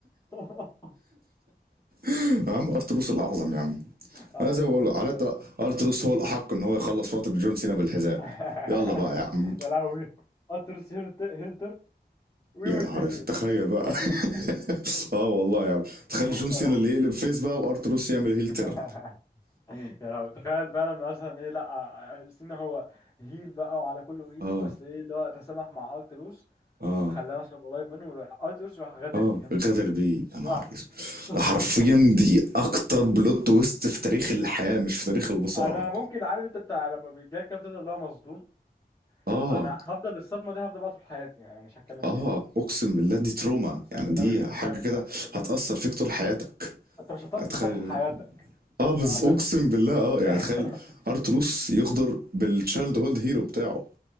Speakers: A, on the left; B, on the right.
A: <laughs>
B: <laughs> يا عم ارتلوس الاعظم يا عم
A: اقسم
B: انا زي ما بقول على
A: بالله
B: الأقل ارتلوس هو الاحق ان هو يخلص فتره جون سينا بالحزام
A: <laughs>
B: يلا بقى يا عم
A: يا لهوي ارتلوس هيل هيل تيرت وي
B: يا
A: ويل
B: نهار
A: بي زير
B: اسود تخيل بقى
A: <laughs>
B: <laughs> اه والله يا عم تخيل جون
A: يا
B: سينا اللي يقلب فيس بقى وارتروس يعمل هيل تيرن
A: لهوي <laughs> يا لهوي تخيل فعلا مثلا ايه لا سينا هو هيل بقى وعلى كله هيل
B: اه
A: بس ايه اللي هو تسامح مع ارتروس
B: اه
A: وخلاه مثلا قريب منه وراح ارتروس راح غادر
B: اه
A: بيه يا نهار
B: غدر بيه
A: اسود.
B: يا نهار اسود
A: <laughs>
B: ده حرفيا دي اكتر بلوت تويست في تاريخ الحياه مش في تاريخ المصارعه
A: انا ممكن عارف انت بتاع لما بيجيلك كده بتفضل اللي هو مصدوم
B: اه
A: انا هفضل الصدمه دي هفضل بقى طول حياتي يعني انا مش هتكلم
B: اه
A: تاني
B: اقسم بالله دي تروما
A: اقسم
B: يعني
A: بالله
B: دي
A: مش
B: حاجه
A: مجازفه
B: كده
A: <laughs> بالظبط
B: هتاثر فيك طول حياتك
A: انت مش هتثق
B: هتخيل
A: في حد في حياتك
B: اه بس
A: بعدها
B: اقسم بالله اه يعني
A: <laughs>
B: تخيل ارتروس يغدر بالتشايلد هود هيرو بتاعه